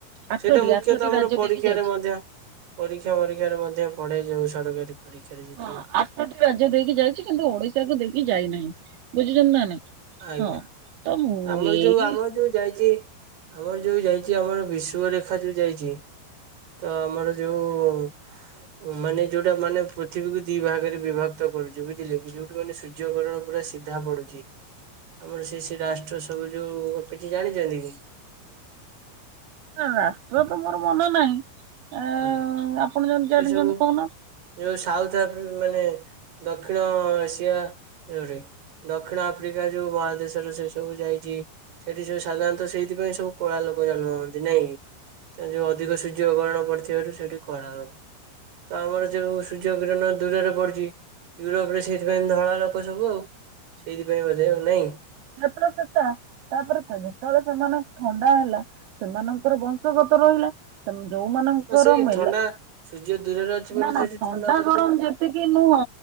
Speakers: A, on the right (about 80°); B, on the right (about 60°).
A: ଆଠଟି
B: ସେଇଟା ମୁଖ୍ୟତଃ
A: ଆଠଟି
B: ଆମର
A: ରାଜ୍ୟ
B: ପରୀକ୍ଷାରେ
A: ଦେଇକି ଯାଇଛି।
B: ମଧ୍ୟ ପରୀକ୍ଷା ଫରୀକ୍ଷାରେ ମଧ୍ୟ ପଡେ ଯୋଉ ସରକାରୀ। ପରୀକ୍ଷାରେ ଯେତିକ
A: ହଁ ଆଠଟି ରାଜ୍ୟ ଦେଇକି ଯାଇଛି କିନ୍ତୁ ଓଡିଶାକୁ ଦେଇକି ଯାଇନାହିଁ। ବୁଝୁଛନ୍ତି ନା ନାଇଁ
B: ଆଜ୍ଞା
A: ହଁ। ତ ମୁଁ
B: ଆମର
A: ଏଇ
B: ଯୋଉ ଆମର ଯୋଉ ଯାଇଚି। ଆମର ଯୋଉ ଯାଇଚି ଆମର ବିଷୁଵରେଖା ଯୋଉ ଯାଇଚି ତ ଆମର ଯୋଉ ମାନେ ଯୋଉଟା ମାନେ ପୃଥିବୀକୁ ଦି ଭାଗରେ ବିଭକ୍ତ କରୁଚି ବୁଝିଲେ କି ଯୋଉଠୁ ମାନେ ସୂର୍ଯ୍ୟକିରଣ ପୁରା ସି ଧା ପଡ଼ୁଚି ଆମର ସେଇ ସେଇ ରାଷ୍ଟ୍ର ସବୁ ଯୋଉ କିଛି ଜାଣିଚନ୍ତି କି?
A: ନା ରାଷ୍ଟ୍ର ତ ମୋର ମନ ନାହିଁ। ଆ
B: ହଁ
A: ଆପଣ ଯଦି ଜାଣିଚନ୍ତି
B: ସେ ସବୁ
A: କହୁନ।
B: ଯୋଉ ସାଉଥ ଆଫି ମାନେ ଦକ୍ଷିଣ ଏସିଆ ଇଉରି। ଦକ୍ଷିଣ ଆଫ୍ରିକା ଯୋଉ ମହାଦେଶରେ ସେ ସବୁ ଯାଇଛି। ସେଠି ସବୁ ସାଧାରଣତଃ ସେଇଥିପାଇଁ ସବୁ କଳା ଲୋକ ଜନ୍ମ ହୁଅନ୍ତି ନାଇଁ କି। ତେଣୁ ଯୋଉ ଅଧିକ ସୂର୍ଯ୍ୟ କିରଣ ପଡ଼ିଥିବାରୁ ସେଇଠି କଳା ଲୋକ। ତ ଆମର ଯୋଉ ସୂର୍ଯ୍ୟ କିରଣ ଦୂରରେ ପଡିଛି। ୟୁରୋପରେ ସେଇଥିପାଇଁ ଧଳା ଲୋକ ସବୁ ଆଉ ସେଇଥିପାଇଁ ବୋଧେ ଆଉ ନାଇଁ।
A: ଜାତିର ପିତା ତା ତାପରେ ଯେତେବେଳେ ସେମାନେ ଥଣ୍ଡା ହେଲା ସେମାନଙ୍କର ବଂଶଗତ ରହିଲା। ସେମ ଯୋଉମାନଙ୍କର
B: ହଁ ସେଇ
A: ମେଲା
B: ଥଣ୍ଡା ସୂର୍ଯ୍ୟ ଦୂରରେ ଅଛି ବୋଲି
A: ନା
B: ସେଠି
A: ନା ଥଣ୍ଡା
B: ପଡୁଛି
A: ଗରମ
B: ନା
A: ଯେତିକି ନୁହଁ